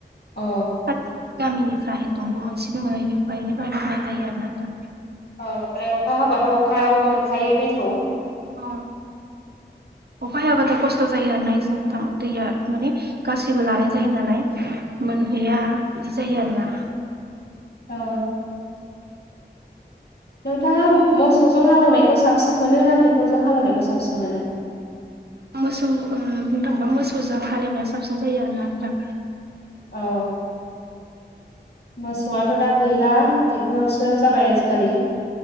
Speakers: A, on the left (about 65°); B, on the right (about 65°).
A: अ
B: खाथिनि गामिनिफ्राय <unintelligible> दंग' मोनसे दोङो इनिफा एैफ्रायाय लबनाय जायो आरोा दा
A: औ ओमफ्राय अखा हाबाथ' अखायाव मोन फायो दैखौ
B: अ अखा हायाब्लाथाय खस्थ' जायो आरोना एसे नोंथां दैया माने गासिबो लानाय जायो नालाय मोन गैया बिदि जायो आरोना
A: ओ नोंथांङा मोसौजों हालौनायखौ साबसिन मोनो ना ट्रेक्टरजों हालौनायखौ साबसिन मोनो? <inaudible>
B: मोसौ ओ बुंनो थांबा मोसौजों हालेवनाया साबसिन जायो आरोना नोंथां
A: अ मोसौआथ' दा गैला। ट्रेक्टरसो जाबाय आजिखालि